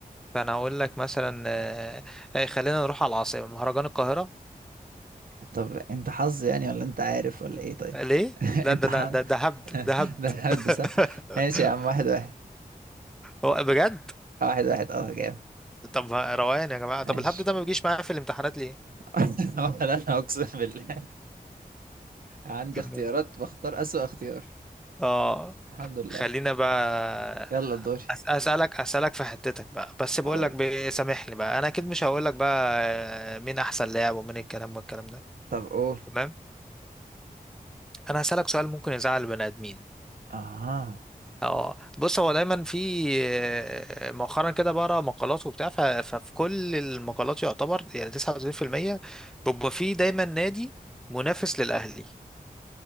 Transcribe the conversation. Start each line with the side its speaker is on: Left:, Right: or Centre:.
Centre: فانا هقول لك مثلا آه، آه، خلينا نروح على العاصمه مهرجان القاهره
Right: طب انت حظ يعني ولا انت عارف ولا ايه طيب
Centre: ليه
Right: <laughs>
Centre: لا
Right: انت
Centre: ده انا
Right: حظ
Centre: ده ده هبد
Right: <laughs>
Centre: ده هبد
Right: ده حد
Centre: <laughs>
Right: صح ماشي يا عم واحد واحد
Centre: هو بجد
Right: واحد واحد اه جامد
Centre: طب روقان يا جماعه
Right: ماشي
Centre: طب الهبد ده ما بيجيش معايا في الامتحانات
Right: <laughs> ولا انا اقسم بالله عندي
Centre: ليه
Right: اختيارات بختار اسوأ اختيار
Centre: اه
Right: الحمد لله
Centre: خلينا بقى
Right: يلا دوري
Centre: أس- اسالك اسالك في حتتك بقى بس بقول
Right: قول
Centre: لك ب- سامحني بقى انا اكيد مش هقول لك بقى آه، مين احسن لاعب ومين الكلام والكلام ده
Right: طب قول
Centre: تمام انا هسالك سؤال ممكن يزعل البني ادمين
Right: اه
Centre: اه بص هو دايما في آه، مؤخرا كده بقرا مقالات وبتاع ف- ففي كل المقالات يعتبر يعني 99% بيبقى في دايما نادي منافس للاهلي